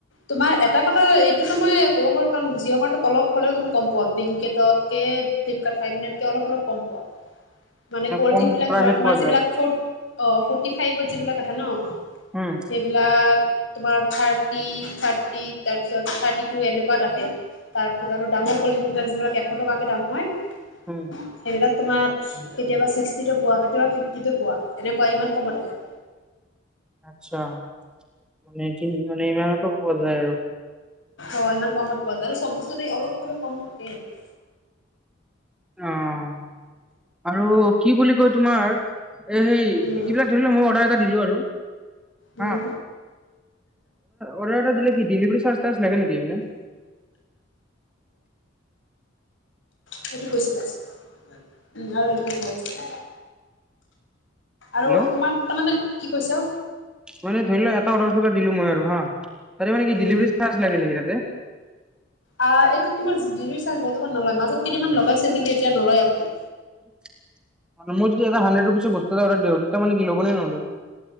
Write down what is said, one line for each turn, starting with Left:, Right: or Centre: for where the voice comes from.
Left: তোমাৰ এটা কথা এইটোতো মই ক'ব কাৰণে জিঅ মাৰ্টত অলপ হ'লেও তুমি কমো পোৱা, ব্লিংকিটত, ফ্লিপকাৰ্ট ফাইফ মিনিটকৈ অলপ অলপ হ'লেও কম পোৱা। মানে কল্ড্ৰিং
Centre: কম
Left: বিলাক
Centre: প্ৰাইজত
Left: ধৰা তোমাৰ
Centre: পোৱা
Left: যিবিলাক
Centre: যায়
Left: অ' ফৰ্টি ফভত যিবিলাক আহে ন'
Centre: উম
Left: সেইবিলাক তোমাৰ থাৰ্টি থাৰ্টি, থাৰ্টি তাৰপিছত থাৰ্টি টু এনেকুৱাত আহে, তাৰপিছত আৰু ডাঙৰ পলিথিন বিলাক যিবিলাক এশ টকাক কে দাম হয়।
Centre: উম'।
Left: সেইবিলাক তোমাৰ কেতিয়াবা ছিক্সটিতো পোৱা, কেতিয়াবা ফিফটিতো পোৱা, এনেকুৱা ইমান কমত আহে।
Centre: আচ্ছা মান কিন্তু মান ইমানমানত পোৱা যায় আৰু
Left: অ' ইমান কমত পোৱা যায় আৰু চব বস্তুতে অলপ হ'লেও কম থাকে এইটো।
Centre: অ'। আৰু কি বুলি কয় তোমাৰ, এ হেই
Left: উম
Centre: এইবিলাক ধৰি লোৱা মই অৰ্ডাৰ এটা দিলো আৰু
Left: উম
Centre: হা, অৰ্ডাৰ এটা দিলে কি ডেলিভাৰী চাৰ্চ টো লাগে নেকি এনে।
Left: সিটো কৈছিল উম আৰু এইটো কৈছিল। আৰু
Centre: হেল্ল'
Left: তোমাৰ তাৰ মানে কি কৈছা?
Centre: মানে ধৰি ল' এটা অ' দিলো মই আৰু হা, ত মানে কি
Left: উম
Centre: ডেলিভাৰী চাৰ্চ লাগে নেকি তাতে?
Left: অহ এইটো তোমাৰ ডেলিভাৰী চাৰ্জ বৰ্তমান নলয়, মাজত কেইদিনমান লগাইছিল কিন্তু এতিয়া নলয় আকৌ।
Centre: <inaudible> মানে মোৰ যদি এটা হানড্ৰেড ৰুপিছ বস্তু এটা অৰ্ডাৰ দিও, তেতিয়া কি ল'ব নে নলয়।